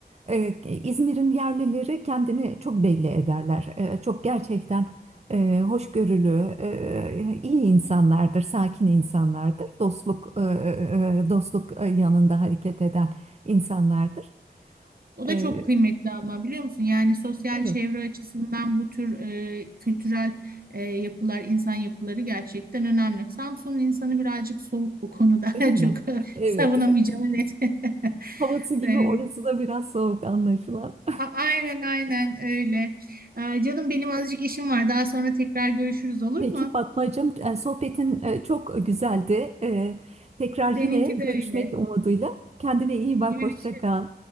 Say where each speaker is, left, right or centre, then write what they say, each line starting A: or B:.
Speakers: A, on the right; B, on the right.
A: E, İzmir'in yerlileri kendini çok belli ederler. E, Çok gerçekten e, hoşgörülü, e, iyi insanlardır, sakin insanlardır. Dostluk e, e, e, dostluk e, yanında hareket eden insanlardır.
B: O da
A: E,
B: çok kıymetli ama biliyor musun? Yani sosyal
A: Evet,
B: çevre açısından bu tür e, kültürel e, yapılar, insan yapıları gerçekten önemli. Samsun'un insanı birazcık soğuk bu konuda.
A: öyle mi?
B: <laughs> Çok <laughs>
A: Evet,
B: savunamayacağım net. <laughs>
A: havası gibi
B: E,
A: orası da biraz soğuk anlaşılan.
B: a- Aynen aynen öyle. E, canım benim azıcık işim var. Daha sonra tekrar görüşürüz olur
A: Peki
B: mu?
A: Fatmacığım, e, sohbetin e, çok güzeldi. E, Tekrar
B: Seninki
A: yine
B: de
A: görüşmek
B: öyle.
A: umuduyla. Kendine iyi bak,
B: Görüşürüz.
A: hoşça kal.